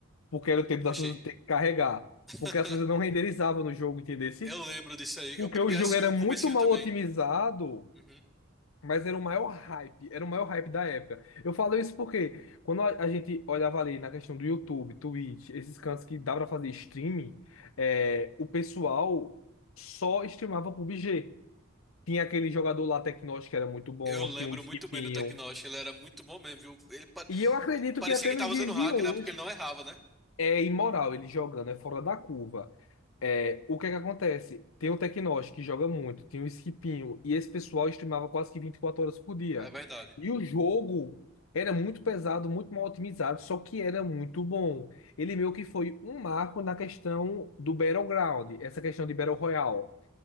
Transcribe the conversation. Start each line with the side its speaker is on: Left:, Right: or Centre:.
Left: porque era o tempo das
Centre: Oxi.
Left: coisas ter que carregar,
Centre: <laughs>
Left: porque as coisas não renderizavam no jogo, entendesse?
Centre: Eu lembro disso aí.
Left: Porque
Centre: Eu peguei
Left: o jogo
Centre: assim
Left: era
Centre: o
Left: muito
Centre: comecinho
Left: mal
Centre: também.
Left: otimizado
Centre: Uhum.
Left: Mas era o maior hype, era o maior hype da época. Eu falo isso porque quando a, a gente olhava ali na questão do YouTube, Twitch, esses cantos que dá pra fazer streaming, é, o pessoal só streamava PUBG. Tinha aquele jogador lá, Tecnos, que era muito bom,
Centre: Eu lembro
Left: tinha um Skipinho.
Centre: muito bem do Teknosh, ele era muito bom mesmo, viu? Ele pa-
Left: E eu acredito
Centre: parecia
Left: que até
Centre: que
Left: nos
Centre: tava
Left: dias
Centre: usando hack,
Left: de hoje
Centre: né? Porque ele não errava, né?
Left: é imoral ele jogando, é fora da curva. É, o que é que acontece? Tem o Tecnos, que joga muito, tem o Esquipinho, e esse pessoal streamava quase que 24 horas por dia.
Centre: É verdade.
Left: E o jogo era muito pesado, muito mal otimizado, só que era muito bom. Ele meio que foi um marco na questão do Battleground, essa questão de Battle Royale.